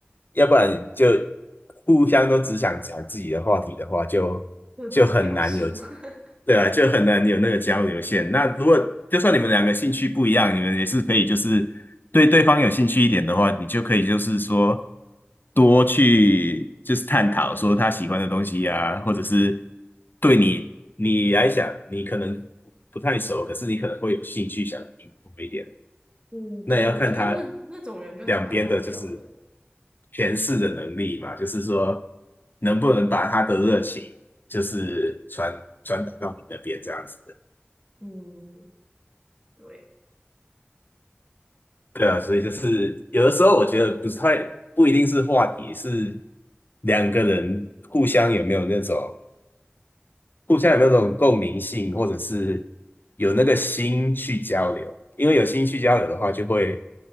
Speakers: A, on the left; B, on the right.
A: 要不然就互相都只想讲自己的话题的话，就就很难有
B: 各自表述。<laughs>
A: 对啊，就很难有那个交流线。那如果就算你们两个兴趣不一样，你们也是可以，就是对对方有兴趣一点的话，你就可以就是说多去就是探讨说他喜欢的东西啊，或者是对你你来讲，你可能不太熟，可是你可能会有兴趣想听多一点。
B: 嗯，
A: 那也要看他
B: 对，我觉得那那种人就还蛮好聊的。
A: 两边的就是诠释的能力嘛，就是说能不能把他的热情就是传传达到你那边这样子的。
B: 嗯，对，
A: 对啊，所以就是有的时候我觉得不太不一定是话题，是两个人互相有没有那种。互相有那种共鸣性，或者是有那个心去交流。因为有心去交流的话，就会